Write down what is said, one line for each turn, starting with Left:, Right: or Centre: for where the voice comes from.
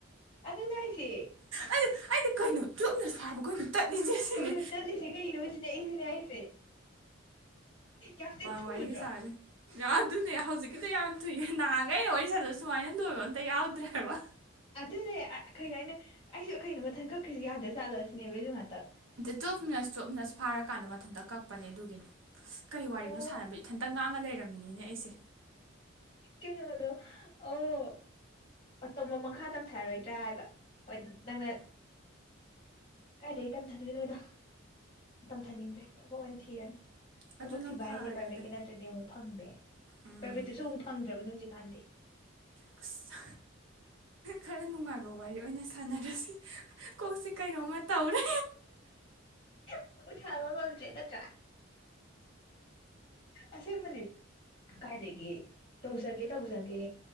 Left: ꯑꯗꯨꯅ ꯑꯩꯁꯦ
Right: ꯑꯩꯗꯤ ꯑꯩꯗꯤ ꯀꯩꯅꯣ ꯇꯨꯋꯦꯜꯞ ꯃꯤꯅꯠꯁ ꯐꯥꯔꯕ ꯀꯩꯅꯣ ꯇꯠꯂꯤꯁꯦ ꯁꯤꯅꯦ
Left: ꯀꯩꯅꯣ ꯆꯠꯂꯤꯁꯦ ꯀꯩꯅꯣ ꯁꯤꯅꯦ ꯑꯩꯁꯤꯅꯦ ꯍꯥꯏꯁꯦ ꯌꯥꯝ ꯊꯨꯗ꯭ꯔꯣ
Right: ꯋꯥꯔꯤꯔ ꯁꯜ ꯌꯥ ꯑꯗꯨꯅꯦ ꯍꯧꯖꯤꯛ ꯀ ꯌꯥ ꯇꯨ ꯌꯦ ꯀꯩꯅ ꯋꯥꯔꯤ ꯁꯥꯗ ꯁꯨꯃꯥꯏꯅ ꯂꯣꯏꯕ ꯑꯝꯇ ꯌꯥꯎꯗ꯭ꯔꯦꯕ
Left: ꯑꯗꯨꯅꯦ ꯀꯩꯅꯣ ꯑꯩꯅ ꯑꯩꯁꯨ ꯀꯩꯅꯣ ꯃꯊꯪ ꯀꯛꯈ꯭ꯔꯤꯁꯨ ꯌꯥꯗ ꯆꯥꯠꯂꯁꯤ ꯅꯦꯕ ꯉꯥꯛꯇ
Right: ꯁ꯭ꯇꯣꯞꯅꯁ ꯏꯁꯇꯣꯞꯅꯁ ꯐꯥꯔꯀꯥꯟꯗ ꯃꯊꯟꯇ ꯀꯛꯄꯅꯦ ꯑꯗꯨꯒꯤꯅꯦ ꯀꯔꯤ
Left: ꯑꯣ
Right: ꯋꯥꯔꯤꯅꯣ ꯁꯥꯟꯅꯕ ꯏꯊꯟꯇ ꯉꯥꯡꯉ ꯂꯩꯔꯝꯃꯤꯅꯤꯅꯦ ꯑꯩꯁꯦ
Left: ꯀꯩꯅꯣꯗꯣ ꯑꯣ ꯑꯇꯣꯝꯕ ꯃꯈꯥ ꯇꯪ ꯊꯥꯔꯣꯏꯗ ꯠꯇ꯭ꯔꯥ ꯍꯥꯏꯕ ꯍꯣꯏ ꯅꯪꯅ ꯀꯥꯏꯗꯏ ꯇꯝꯊꯥꯗꯣꯏꯅꯣꯗ ꯇꯝꯊꯅꯤꯡꯗ꯭ꯔꯦ ꯊꯃꯛ ꯑꯣꯏꯅ ꯊꯤꯔꯅꯤ
Right: ꯑꯗꯨꯅ
Left: ꯊꯃꯛ ꯊꯈꯤꯕꯕꯥ
Right: ꯐꯔꯦꯗ
Left: ꯍꯥꯏꯖꯦ ꯄꯥꯕ ꯀꯅꯥ ꯇꯎ ꯐꯪꯗꯦ
Right: ꯎꯝ
Left: ꯄ꯭ꯔꯥꯏꯚꯦꯠꯇꯨꯁꯨꯨꯛ ꯐꯪꯗ꯭ꯔꯕꯅꯦ ꯍꯧꯖꯤꯛ ꯀꯥꯟꯗꯤ
Right: ꯑꯁ ꯈꯔ ꯅꯨꯡꯉꯥꯏꯕ ꯋꯥꯔꯤ ꯑꯣꯏꯅ ꯁꯥꯟꯅꯔꯁꯤ ꯀꯣꯁꯤ ꯀꯥꯏꯅꯣ ꯃ ꯇꯧꯔꯦ
Left: ꯄꯨ ꯍꯜ ꯆꯜ ꯅꯠꯇ꯭ꯔꯥ ꯑꯁꯦꯡꯕꯅꯤ ꯀꯥꯏꯗꯒꯤ ꯇꯧꯖꯒꯦ ꯇꯧꯖꯒꯦ